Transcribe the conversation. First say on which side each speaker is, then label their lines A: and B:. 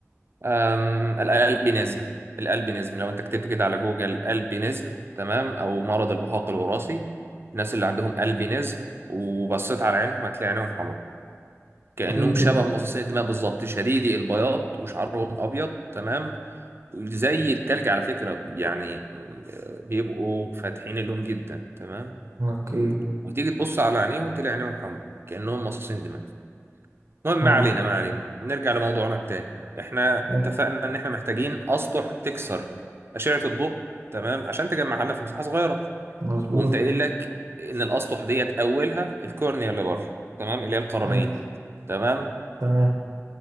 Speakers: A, on the right; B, on the right.
A: أم... الالبينيزم الالبينيزم لو انت كتبت كده على جوجل البينيزم تمام او مرض البهاق الوراثي الناس اللي عندهم البينيزم وبصيت على عينهم هتلاقي عينهم حمراء كأنهم
B: قلبي
A: شبه مصاصين الدماء بالظبط شديدي البياض وشعرهم أبيض تمام زي التلج على فكرة يعني آه، بيبقوا فاتحين اللون جدا تمام
B: اوكي
A: وتيجي تبص على عينيهم تلاقي عينيهم حمراء كأنهم مصاصين دماء المهم
B: اه
A: ما علينا ما علينا نرجع لموضوعنا التاني احنا
B: حلو.
A: اتفقنا ان احنا محتاجين أسطح تكسر أشعة الضوء تمام عشان تجمعها لنا في مساحة صغيرة
B: مظبوط
A: وقمت قايل لك ان الأسطح ديت أولها الكورنيا اللي بره تمام اللي هي القرنية
B: عرفت
A: تمام
B: تمام